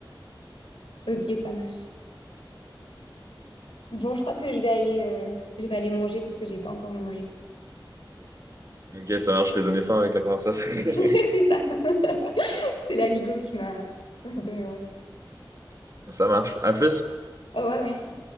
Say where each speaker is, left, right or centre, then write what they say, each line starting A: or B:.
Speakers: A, on the left; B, on the right.
A: Ok, ça marche. Bon, je crois que je vais aller, euh, je vais aller manger parce que j'ai pas encore mangé.
B: Ok, ça marche, je t'ai donné faim avec la conversation. <laughs>
A: <laughs> C'est ça. <laughs> C'est la Ligo qui m'a qui m'a donné envie.
B: Ça marche. À plus.
A: Au revoir, merci.